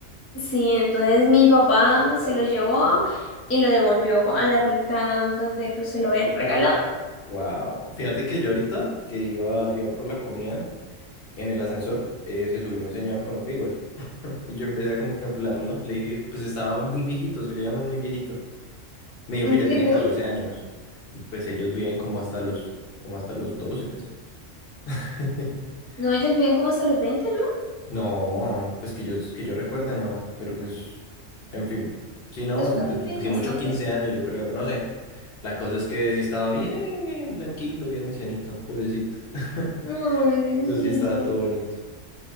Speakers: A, on the left (about 20°); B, on the left (about 55°).
A: Sí, entonces mi papá se lo llevó y lo devolvió a la finca donde pues se lo habían regalado.
B: Wow. Fíjate que yo ahorita que iba, iba por la comida, en el ascensor eh, se subió un señor con un Beagle. Y yo empecé a contemplarlo. Le dije, pues estaba muy viejito, se veía muy, muy viejito. Me dijo que
A: Un
B: ya tenía
A: pitbull.
B: 14 años. Pues ellos viven como hasta los, como hasta los doce <laughs>
A: No, ellos viven como hasta los veinte, ¿no?
B: No, pues que yo, que yo recuerde, no. Pero pues, en fin. Sí, no,
A: Los perros
B: pues,
A: viven
B: si
A: bastante.
B: mucho 15 años, yo creo. No sé. La cosa es que sí estaba bien blanquito, bien ancianito, purecito. <laughs>
A: Ay, no los
B: Pero
A: diría.
B: sí estaba todo bonito.